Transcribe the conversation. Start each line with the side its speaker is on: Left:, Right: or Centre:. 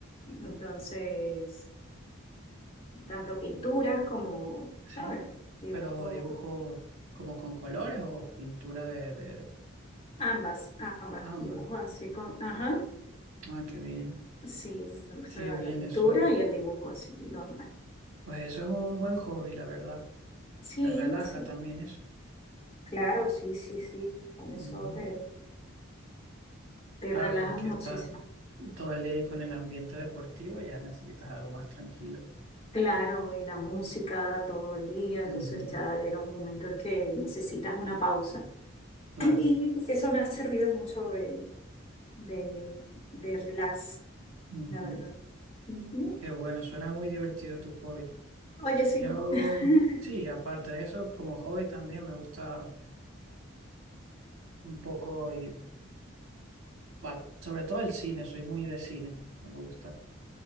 Left: entonces, tanto pinturas como,
Right: Sí,
Left: ¿sabes? Dibujo,
Right: pero dibujo como con colores o pintura de, de
Left: ambas, ambas,
Right: ambas.
Left: dibujo así con, ajá,
Right: Ah, qué bien,
Left: sí, me gusta
Right: qué bien
Left: la pintura
Right: eso.
Left: y el dibujo así, normal.
Right: Pues eso es un buen hobby, la verdad.
Left: Sí,
Right: Te relaja
Left: sí,
Right: también eso.
Left: claro, sí, sí, sí, con
Right: Ujú.
Left: eso te, te
Right: Claro,
Left: relajas
Right: porque
Left: muchísimo.
Right: estás todo el día ahí con el ambiente deportivo, ya necesitas algo más tranquilo.
Left: Claro, y la música todo el día,
Right: Ujú,
Left: entonces ya llega un momento en que necesitas una pausa.
Right: Claro.
Left: Y eso me ha servido mucho de, de, de, de relax,
Right: Ujú.
Left: la verdad. Ujú.
Right: Qué bueno, suena muy divertido tu hobby.
Left: Oye, sí.
Right: Yo,
Left: <laughs>
Right: sí, aparte de eso, como hobby también me gusta un poco ir. Va, sobre todo el cine, soy muy de cine, me gusta.